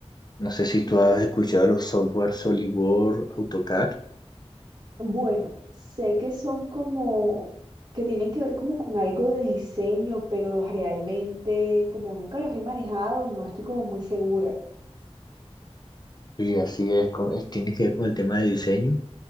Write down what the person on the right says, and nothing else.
Bueno, sé que son como, que tienen que ver como con algo de diseño, pero realmente como nunca los he manejado, no estoy como muy segura.